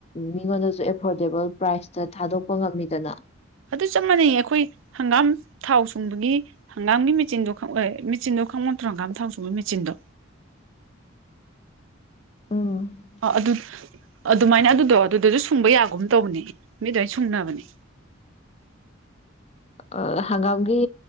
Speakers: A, on the left; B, on the right.
A: ꯃꯤꯉꯣꯟꯗꯖꯨ ꯑꯦꯐꯣꯔꯗꯦꯕꯜ ꯄ꯭ꯔꯥꯏꯁꯇ ꯊꯥꯗꯣꯛꯄ ꯉꯝꯃꯤꯗꯅ
B: ꯑꯗꯨ ꯆꯞ ꯃꯥꯟꯅꯩꯌꯦ ꯑꯈꯣꯏ ꯍꯪꯒꯥꯝ ꯊꯥꯎ ꯁꯨꯡꯕꯒꯤ ꯍꯪꯒꯥꯝꯒꯤ ꯃꯦꯆꯤꯟꯗꯣ ꯈꯪ ꯑꯦ ꯃꯦꯆꯤꯟꯗꯣ ꯈꯪꯕ ꯅꯠꯇ꯭ꯔꯣ ꯍꯪꯒꯥꯝ ꯊꯥꯎ ꯁꯨꯝꯕꯩ ꯃꯦꯆꯤꯟꯗꯣ
A: ꯎꯝ
B: ꯑ ꯑꯗꯨ ꯑꯗꯨꯃꯥꯏꯅ ꯑꯗꯨꯗꯣ ꯑꯗꯨꯗꯖꯨ ꯁꯨꯡꯕ ꯌꯥꯒꯨꯝ ꯇꯧꯕꯅꯦ ꯃꯤ ꯑꯗ꯭ꯋꯥꯏ ꯁꯨꯡꯅꯕꯅꯦ
A: ꯑ ꯍꯪꯒꯥꯝꯒꯤ